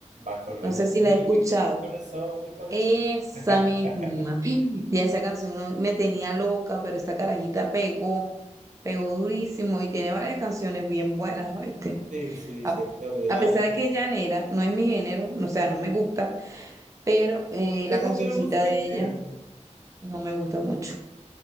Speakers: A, on the right; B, on the right.
A: va colgando
B: No sé si
A: un
B: la he escuchado.
A: hilito en mi corazón, mi corazón.
B: Esa misma.
A: <laughs>
B: Ya esa canción ah, me tenía loca, pero esta carajita pegó, pegó durísimo y tiene varias canciones bien buenas, ¿oíste?
A: Sí, sí,
B: A,
A: se hizo viral.
B: a pesar de que es llanera, no es mi género, no- o sea, no me gusta, pero eh,
A: ¿Te
B: la
A: gusta
B: cancioncita
A: la música
B: de
A: ligera?
B: ella no me gusta mucho.